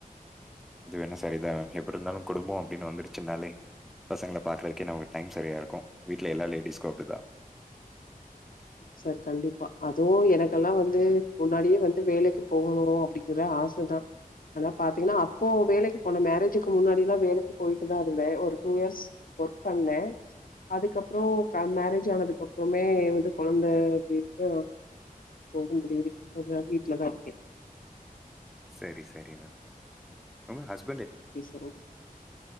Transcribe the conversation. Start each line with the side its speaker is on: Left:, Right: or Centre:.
Centre: அது வேணும் சரிதா மேம் எப்டி இருந்தாலும் குடும்போ அப்டின்னு வந்துருச்சுனாலே பசங்கள பாக்குறதுக்கே நமக்கு டைம் சரியா இருக்கும் வீட்ல எல்லா லேடிஸ்க்கும் அப்டிதா
Left: சார் கண்டிப்பா அதுவும் எனக்கெல்லாம் வந்து முன்னாடியே வந்து வேலைக்கு போகணும் அப்டிங்கற ஆசதான் ஆனா பாத்தீங்கன்னா அப்போ வேலைக்கு போனே மேரேஜுக்கு முன்னாடிலா வேலைக்கு போயிட்டு தான் இருந்தேன் ஒரு டூ இயர்ஸ் ஒர்க் பண்ணேன் அதுக்கப்ரோ மேரேஜ் ஆனதுக்கு அப்றமே வந்து கொழந்த <unintelligible> போக முடியுது கொஞ்ச நாள் வீட்லதான் இருக்கேன்
Centre: சரி சரி மேம் உங்க ஹஸ்
Left: ஓகே சார் ஓகே